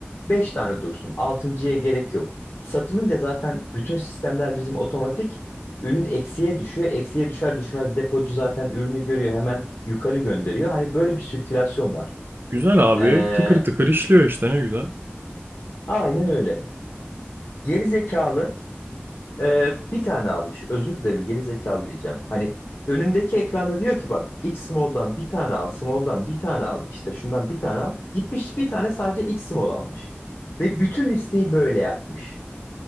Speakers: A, on the left; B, on the right.
A: beş tane dursun. altıncıya gerek yok. Satılınca zaten bütün sistemler bizim otomatik. Ürün eksiye düşüyor. Eksiye düşer düşmez depocu zaten ürünü görüyor. Hemen yukarı gönderiyor. Hani böyle bir sirkülasyon var.
B: Güzel abi.
A: Ee,
B: Tıkır tıkır işliyor işte ne güzel.
A: aynen öyle. Geri zekalı Ee, bir tane almış. Özür dilerim geri zekalı diyeceğim. Hani önündeki ekranda diyor ki bak X small'dan bir tane al, small'dan bir tane al, işte şundan bir tane al. Gitmiş bir tane sadece X small almış. Ve bütün listeyi böyle yapmış.